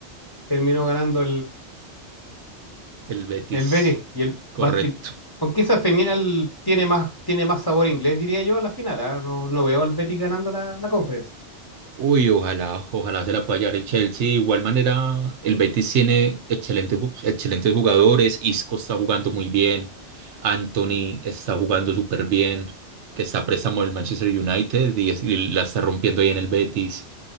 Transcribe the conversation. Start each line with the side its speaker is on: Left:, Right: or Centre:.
Left: terminó ganando
Right: El Betis,
Left: El Betis. Y el,
Right: correcto.
Left: va- y- aunque esa final tiene más, tiene más sabor inglés, diría yo, a la final. ¿ah? No, no veo al Betis ganando la, la conference.
Right: Uy, ojalá, ojalá se la pueda llevar el Chelsea. De igual manera, el Betis tiene excelentes, ju- excelentes jugadores. Isco está jugando muy bien. Anthony está jugando súper bien. Que está a préstamo del Manchester United y, es- y la está rompiendo ahí en el Betis.